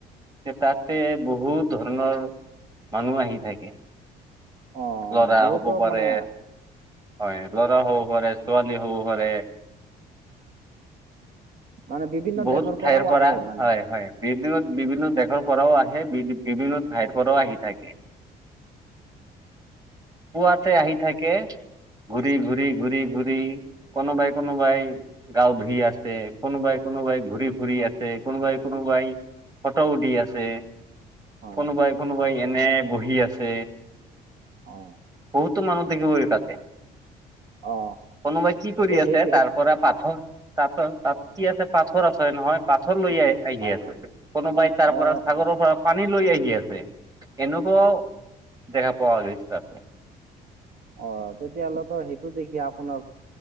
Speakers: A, on the right (about 20°); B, on the right (about 55°).
A: যে তাতে বহুত ধৰণৰ মানুহ আহি থাকে।
B: অ
A: লৰা
B: বহুতো
A: হ'ব পাৰে
B: মানে
A: হয় ল হ'ব ছোৱালী হ'ব পাৰে।
B: মানে বিভিন্ন
A: বহুত
B: দেশৰ
A: ঠাইৰ
B: পৰাও
A: পৰা
B: আহে মানে
A: হয়, হয় বি, বিভিন্ন দেশৰ পৰাও আহে বি, বিভিন্ন ঠাইৰ পৰাও আহি থাকে। পুৱাতে আহি থাকে ঘূৰি ঘূৰি, ঘূৰি, ঘূৰি কোনোবাই, কোনোবাই গাওঁ ধুই আছে কোনোবাই, কোনোবাই ঘূৰি ঘুৰি আছে কোনোবাই, কোনোবাই ফটু উঠি দি আছে।
B: হয়
A: কোনোবাই,
B: হয়
A: কোনোবাই এনে বহি আছে
B: অ
A: বহুতো মানুহ <unintelligible> তাতে
B: অ
A: কোনোবাই কি কৰি
B: ত'
A: আছে
B: সেইটোৱে
A: তাৰ পৰা পাঠৰ তাত, তাত কি আছে পাথৰ আছে নহয় পাথৰ ৰ লৈ আহ, আহি
B: হয়
A: আছে।
B: হয়
A: কোনোবাই তাৰ
B: অ
A: পৰা ছাগৰৰ
B: অ
A: পৰা পানী লৈ আহি আছে। এনেকুৱাও
B: অ
A: দেখা পোৱা গৈ হৈছে।
B: অ, তেতিয়া হ'লেতো সেইটো দেখি আপোনাক